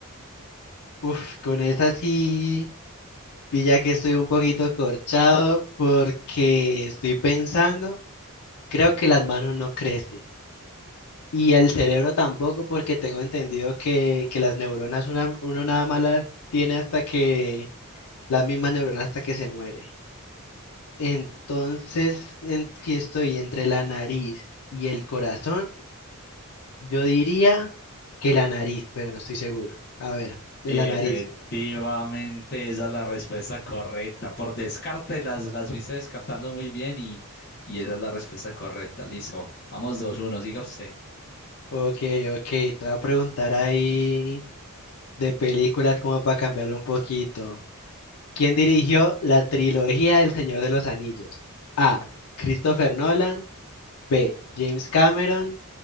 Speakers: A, on the left; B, on the left.
A: Uf, con esa sí. Pilla que estoy un poquito corchado porque estoy pensando, creo que las manos no crecen y el cerebro tampoco porque tengo entendido que, que las neuronas una- uno nada más las tiene hasta que, las mismas neuronas hasta que se muere. Entonces, en- si estoy entre la nariz y el corazón, yo diría que la nariz, pero no estoy seguro. A ver, de
B: Efectivamente,
A: la nariz.
B: esa es la respuesta correcta. Por descarte, las, las fuiste descartando muy bien y, y esa es la respuesta correcta. Listo. Vamos dos uno siga usted.
A: Ok, ok, te voy a preguntar ahí. de películas como para cambiarlo un poquito. ¿Quién dirigió la trilogía del Señor de los Anillos? A. Christopher Nolan. B. James Cameron.